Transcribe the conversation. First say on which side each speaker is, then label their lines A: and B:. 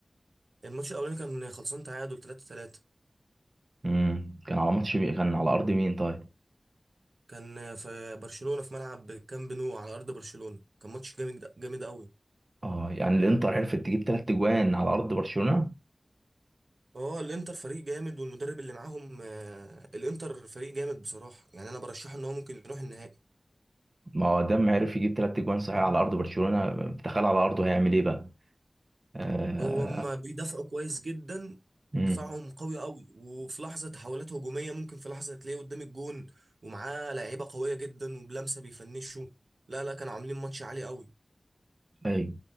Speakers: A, on the right; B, on the right.
A: الماتش الاولاني كان خلصان تعادل 3 3
B: امم كان على ماتش مين؟ كان على ارض مين طيب؟
A: كان في برشلونه في ملعب كامب نو على ارض برشلونه كان ماتش جامد جامد قوي
B: اه يعني الانتر عرفت تجيب تلات اجوان على ارض برشلونه
A: اه الانتر فريق جامد والمدرب اللي معاهم آه، الانتر فريق جامد بصراحه يعني انا برشحه ان هو ممكن يروح النهائي
B: ما هو دام عرف يجيب تلات اجوان صحيح على ارض برشلونه تخيل على ارضه هيعمل ايه بقى؟ آه.
A: هو هما بيدافعوا كويس جدا
B: مم.
A: دفاعهم قوي قوي وفي لحظة تحولات هجومية ممكن في لحظة تلاقيه قدام الجون ومعاه لعيبة قوية جدا وبلمسة بيفنشوا لا لا كانوا عاملين ماتش عالي قوي
B: ايوه